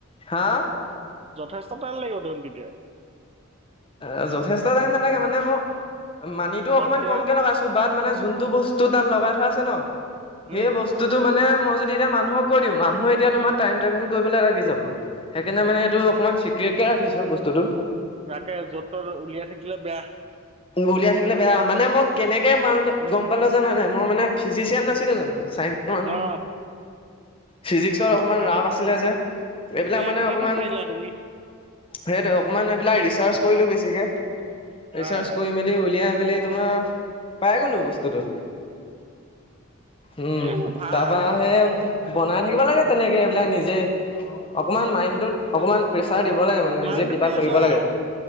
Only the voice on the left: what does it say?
হা
অ যথেষ্ট টাইম নালাগে মানে মই মানিটো
অকনমান
কমকে লগাইছো বাত মানে যোনটো বস্তু তাত লগাই থোৱা আছে ন সেই
বস্তুটো মানে মই যদি এতিয়া মানুহক কৈ দি মানুহ এতিয়া তোমাৰ টাইম ট্ৰেভেল কৰিবলৈ লাগি যাব। সেইকাৰণে মানে এইটো অকণমান চিক্ৰেটকে ৰাখিছো বস্তুটো।
উলিয়াই থাকিলে বেয়া মানে মই কেনেকে মাল গম পালোঁ জানানে মই মানে ফিজিচিয়ান নাছিলোঁ জানোঁ। ‌‌ চাইন্সৰ মানুহ
ফিজিক্সৰ অকণমান
ৰাপ আছিলে যে এইবিলাক
মানে
অকমান
সেইটোৱে অকমান এইবিলাক ৰিচাৰ্জ কৰিলোঁ বেছিকে ৰিচাৰ্জ
কৰি মেলি ওলিয়াই মেলি তোমাৰ পাই গ'লো বস্তুটো উম
তাৰপা আহে বনাই থাকিব লাগে তেনেকে এইবিলাক নিজে অকমান মাইণ্ডতত অকমান প্ৰেচ- প্ৰচাৰ দিব লাগে মানে নিজেই
কিবা
কৰিব
লাগে,